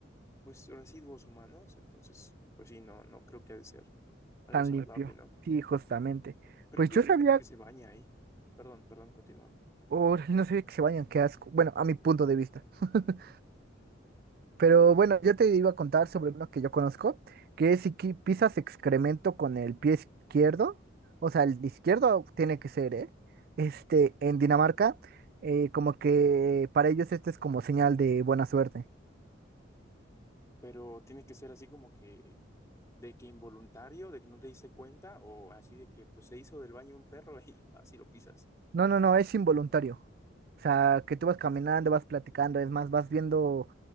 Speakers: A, on the left; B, on the right.
A: pues residuos humanos, entonces, pues sí, no, no creo que ha de ser
B: <laughs>
A: algo
B: Tan
A: saludable,
B: limpio.
A: ¿no?
B: Sí, justamente.
A: Pero
B: Pues
A: incluso
B: yo sabía,
A: hay gente que se baña ahí, perdón, perdón, continúa.
B: o no sabía que se bañan, qué asco. Bueno, a mi punto de vista. <laughs> Pero bueno, yo te iba a contar sobre uno que yo conozco, que es si qui- pisas excremento con el pie izquierdo, o sea, el izquierdo tiene que ser, ¿eh? Este, en Dinamarca, eh, como que para ellos este es como señal de buena suerte.
A: Pero tiene que ser así como que de que involuntario, de que no te diste cuenta o así de que pues se hizo del baño un perro <laughs> y vas y lo pisas.
B: No, no, no, es involuntario. O sea, que tú vas caminando, vas platicando, es más, vas viendo